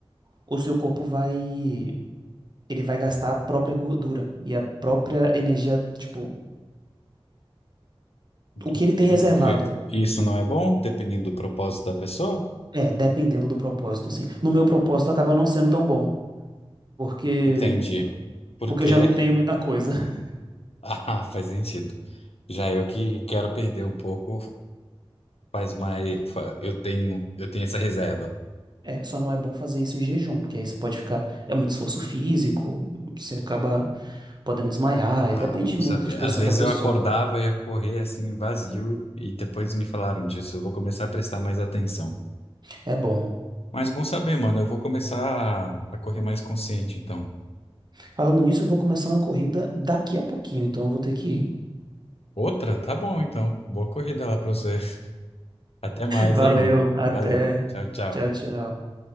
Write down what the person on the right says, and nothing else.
o seu corpo vai. Ele vai gastar a própria gordura e a própria energia, tipo,
o que ele tem
reservado.
É, dependendo do propósito, sim. No meu propósito acaba não sendo tão bom, porque
porque
eu já não tenho
muita coisa. <laughs>
É, só não é bom fazer isso em jejum, porque aí você pode ficar, é muito esforço físico, você acaba podendo desmaiar,
e depende
muito
de pessoa
pra pessoa.
É bom.
Falando nisso, eu vou começar uma corrida daqui a pouquinho, então eu vou ter que ir.
Valeu,
até.
Tchau, tchau.